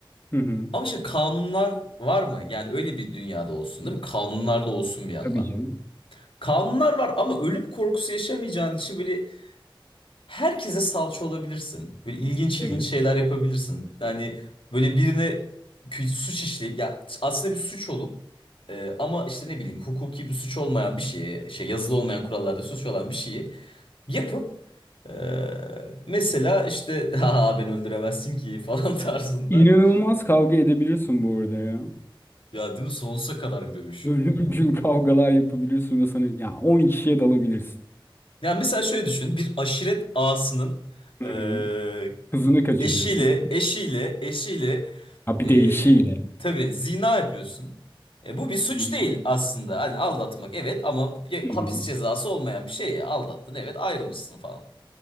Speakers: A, on the left; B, on the left.
A: Hı hı.
B: Ama işte kanunlar var mı? Yani öyle bir dünyada olsun değil mi? Kanunlar da olsun bir yandan.
A: Tabii canım.
B: Kanunlar var ama ölüm korkusu yaşamayacağın için böyle herkese salça olabilirsin. Böyle ilginç
A: Evet.
B: ilginç şeyler yapabilirsin. Yani böyle birine kü- suç işleyip ya aslında bir suç olup e, ama işte ne bileyim hukuki bir suç olmayan bir şeyi şey yazılı olmayan kurallarda suç olan bir şeyi yapıp e, mesela işte <laughs> ha beni öldüremezsin ki falan <laughs> tarzında.
A: İnanılmaz kavga edebilirsin bu arada ya.
B: Ya değil mi sonsuza kadar bir dövüş.
A: Ölümcül kavgalar yapabilirsin ve sana ya 10 kişiye dalabilirsin.
B: Ya mesela şöyle düşün bir aşiret ağasının
A: Hı
B: e,
A: hı. Hızını kaçırıyorsun.
B: eşiyle eşiyle eşiyle
A: Ha bir
B: E,
A: de işiyle.
B: tabii zina yapıyorsun. E, bu bir suç
A: Hı hı.
B: değil aslında. Hani aldatmak evet ama ya-
A: Hı
B: hapis
A: hı.
B: cezası olmayan bir şey ya. Aldattın evet ayrılırsın falan.